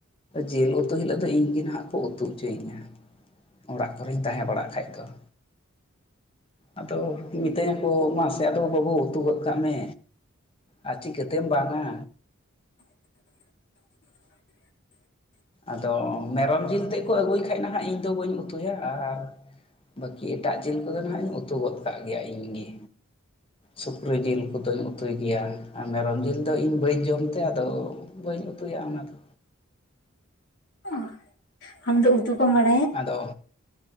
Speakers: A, on the left (about 25°); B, on the left (about 55°).
A: ᱡᱤᱞ ᱩᱛᱩ ᱦᱤᱞᱳᱜ ᱫᱚ ᱤᱧ ᱜᱮ ᱱᱟᱦᱟᱜ ᱠᱚ ᱩᱛᱩ ᱦᱚᱪᱚᱭᱤᱧᱟ ᱚᱲᱟᱜ ᱠᱚᱨᱮᱧ ᱛᱟᱦᱮᱸ ᱵᱟᱲᱟᱜ ᱠᱷᱟᱡ ᱮ <unintelligible> ᱟᱫᱚ ᱢᱤᱛᱟᱹᱧᱟᱠᱚ ᱢᱟᱥᱮ ᱟᱫᱚ ᱵᱟᱹᱵᱩ ᱩᱛᱩ ᱜᱚᱫ ᱠᱟᱜ ᱢᱮ ᱟᱨ ᱪᱤᱠᱟᱹᱛᱮᱢ ᱵᱟᱝ ᱟ
B: <unintelligible>
A: ᱟᱫᱚ ᱢᱮᱨᱚᱢ ᱡᱤᱞ ᱛᱮᱫ ᱠᱚ ᱟᱹᱜᱩᱭ ᱠᱷᱟᱡ ᱱᱟᱦᱟᱜ ᱤᱧᱫᱚ ᱵᱟᱹᱧ ᱩᱛᱩᱭᱟ ᱟᱨ ᱵᱟᱹᱠᱤ ᱮᱴᱟᱜ ᱡᱤᱞ ᱠᱚᱫᱚ ᱱᱟᱦᱟᱜ ᱤᱧ ᱩᱛᱩ ᱜᱚᱫ ᱠᱟᱜ ᱜᱮᱭᱟ ᱤᱧᱜᱮ ᱥᱩᱠᱨᱤ ᱡᱤᱞ ᱠᱚᱫᱚᱧ ᱩᱛᱩᱭ ᱜᱮᱭᱟ ᱟᱨ ᱢᱮᱨᱚᱢ ᱡᱤᱞ ᱫᱚ ᱤᱧ ᱵᱟᱹᱧ ᱡᱚᱢᱛᱮ ᱟᱫᱚ ᱵᱟᱹᱧ ᱩᱛᱩᱭᱟ ᱚᱱᱟᱫᱚ
B: ᱚ ᱟᱢ ᱫᱚ ᱩᱛᱩ ᱠᱚᱢ ᱵᱟᱲᱟᱭ
A: ᱟᱫᱚ